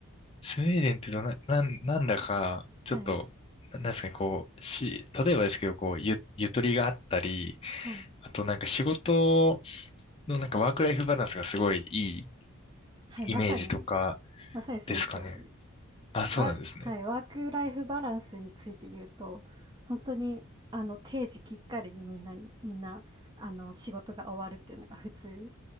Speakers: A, on the left (about 25°); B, on the right (about 20°).
A: スウェーデンってどな、なん、なんだか、
B: はい、
A: ちょっと、ななんですかね、こう、し、例えばですけど、こう、ゆ、ゆとりがあったり、
B: はい、
A: あとなんか仕事のなんかワークライフバランスがすごいいい
B: はい、まさに、
A: イメージとか
B: まさにその通りです。
A: ですかね。あ、そうなんですね。
B: わはい、ワークライフバランスについて言うと、本当に、あの、定時きっかりにみんなにみんな、あの、仕事が終わるっていうのが普通